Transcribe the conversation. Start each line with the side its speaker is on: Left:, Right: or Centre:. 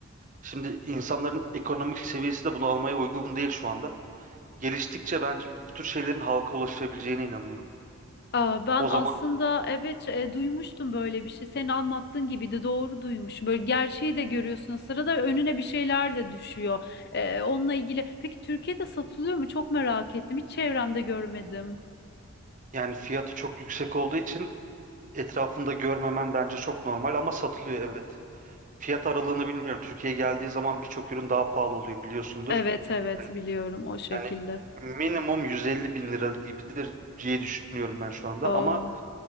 Right: Şimdi insanların ekonomik seviyesi de bunu almaya uygun değil şu anda. Geliştikçe bence bu tür şeylerin halka ulaşabileceğine inanıyorum.
Left: Aa, ben
Right: O
Left: aslında
Right: zaman
Left: evet e, duymuştum böyle bir şey. Senin anlattığın gibiydi doğru duymuşum. Böyle gerçeği de görüyorsun o sırada önüne bir şeyler de düşüyor. E, onunla ilgili. Peki Türkiye'de satılıyor mu? Çok merak ettim. Hiç çevremde görmedim.
Right: yani fiyatı çok yüksek olduğu için etrafında görmemen bence çok normal ama satılıyor evet. Fiyat aralığını bilmiyorum. Türkiye'ye geldiği zaman birçok ürün daha pahalı oluyor biliyorsundur.
Left: Evet evet
Right: Yani,
Left: biliyorum o şekilde.
Right: yani minimum 150 bin lira gibidir diye düşünüyorum ben şu anda.
Left: Aa,
Right: Ama